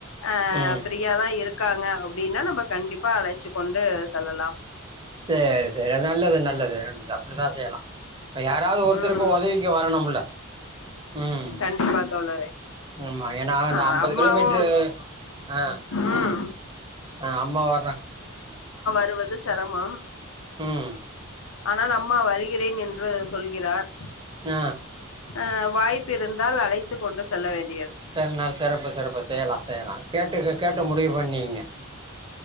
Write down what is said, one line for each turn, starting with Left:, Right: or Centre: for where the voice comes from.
Left: ஆ
Right: ம்
Left: ஃப்ரீயாதான் இருக்காங்க அப்படின்னா நம்ம கண்டிப்பா <unintelligible> கொண்டு செல்லலாம்
Right: சரி சரி நல்லது நல்லது நல்லது அப்படித்தான் செய்யலாம் யாராவது ஒருத்தருக்கும்
Left: ம்
Right: உதவிக்கு வரணும்ல ம்
Left: கண்டிப்பா தோழரே
Right: ஆமா ஏன்னா
Left: ஆ
Right: நான் அம்பது
Left: அம்மாவு
Right: கிலோமீட்டரு ஆ
Left: ம்
Right: ஆ அம்மா வர்றேன்
Left: அவது சிரமம்
Right: ம்
Left: ஆனால் அம்மா வருகிறேன் என்று சொல்கிறார்
Right: ஆ
Left: ஆ வாய்ப்பிருந்தால் அழைத்து கொண்டு செல்ல வேண்டும்
Right: சரி நாள் சிறப்பு சிறப்பு செய்யலாம் செய்யலாம் கேட்டு க கேட்டு முடிவு பண்ணிங்க